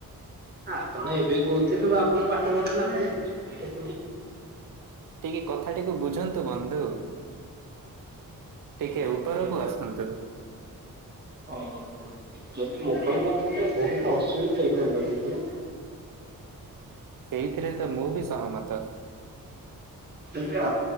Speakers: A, on the right; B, on the right.
A: ଆପଣ ଏବେ କହୁଥିଲୁ ଆପଣ ପାଠ ପଢିନଥୀଲେ
B: ଟିକେ କଥାଟିକୁ ବୁଝନ୍ତୁ ବନ୍ଧୁ ଟିକେ
A: ଆଜ୍ଞା
B: ଉପରକୁ ଆସନ୍ତୁ
A: ଓହୋ ଯଦି ମୋବାଇଲ ନଥାନ୍ତା ବହୁତ ଅସୁବିଧା ହେଇଥାନ୍ତା ବନ୍ଧୁ
B: ସେଇଥିରେ ତ ମୁଁ ବି ସହମତ।
A: ତବେ